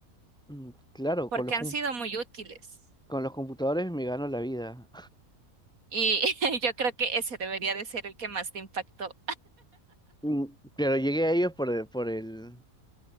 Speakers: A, in the centre; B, on the right.
A: Mm, Claro,
B: Porque
A: con los,
B: han sido muy útiles.
A: Con los computadores me gano la vida.
B: Y <laughs> yo creo que ese debería de ser el que más te impactó
A: Mm, Pero llegué a ellos por el, por el,